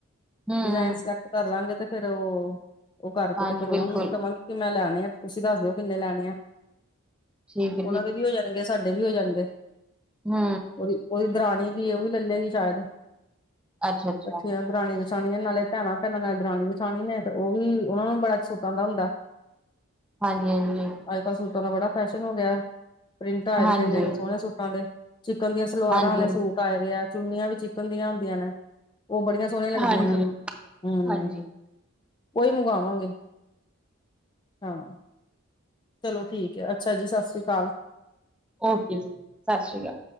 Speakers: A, in the centre; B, on the left.
A: ਹਮ
B: ਡਿਜ਼ਾਇਨ ਸਿਲੈਕਟ ਕਰਲਾਂਗੇ ਤੇ ਫੇਰ ਉਹ, ਉਹ ਕਰਕੇ
A: ਹਾਂਜੀ
B: ਤੇ ਫੇਰ ਉਹਨਾਂ
A: ਬਿਲਕੁਲ
B: ਨੂੰ ਵੀ ਕਵਾਂਗੀ। ਕਿਵੇਂ ਲੈਣੇ ਆ, ਤੁਸੀਂ ਦੱਸ ਦਿਓ ਕਿੰਨੇ ਲੈਣੇ ਆ।
A: ਠੀਕ
B: ਉਹਨਾਂ ਦੇ ਵੀ ਹੋ ਜਾਣਗੇ, ਸਾਡੇ ਵੀ ਹੋ ਜਾਣਗੇ।
A: ਹੂੰ,
B: ਉਹਦੀ ਉਹਦੀ ਦਰਾਣੀ ਵੀ ਐ, ਉਹ ਵੀ ਲੇ ਲੇਗੀ ਸ਼ਾਇਦ
A: ਅੱਛਾ ਅੱਛਾ
B: ਕੱਠੀਆਂ ਦਰਾਣੀਆਂ- ਜਠਾਣੀਆਂ ਨੇ, ਨਾਲੇ ਭੈਣਾਂ- ਭੈਣਾਂ, ਨਾਲੇ ਦਰਾਣੀ- ਜਠਾਣੀ ਨੇ, ਤੇ ਉਹ ਵੀ ਉਹਨਾਂ ਨੂੰ ਬੜਾ ਸੂਟਾਂ ਦਾ ਹੁੰਦਾ। <unintelligible>
A: ਹਾਂਜੀ- ਹਾਂਜੀ।
B: ਅੱਜ- ਕੱਲ੍ਹ ਸੂਟਾਂ ਦਾ ਬੜਾ ਫੈਸ਼ਨ ਹੋ ਗਿਆ, ਪ੍ਰਿੰਟ ਆਏ ਦੇ
A: ਹਾਂਜੀ
B: ਨੇ ਇੰਨੇ- ਇੰਨੇ ਸੋਹਣੇ ਸੂਟਾਂ ਦੇ। ਚਿਕਨ ਦੀਆਂ ਸਲਵਾਰਾਂ
A: ਹਾਂਜੀ
B: ਵਾਲੇ ਸੂਟ ਆਏ ਦੇ ਆ, ਚੁੰਨੀਆਂ ਵੀ ਚਿਕਨ ਦੀਆਂ ਹੁੰਦੀਆਂ ਨੇ, ਉਹ ਬੜੀਆਂ ਸੋਹਣੀਆਂ ਲੱਗਦੀਆਂ
A: ਹਾਂਜੀ
B: ਨੇ, ਹੂੰ।
A: ਹਾਂਜੀ
B: ਓਹੀ ਮੰਗਵਾਂਵਾਂਗੇ, ਹਾਂ। ਚਲੋ ਠੀਕ ਹੈ, ਅੱਛਾ ਜੀ, ਸਤਿ ਸ਼੍ਰੀ ਅਕਾਲ।
A: ਓਕੇ ਜੀ, ਸਤਿ ਸ਼੍ਰੀ ਅਕਾਲ।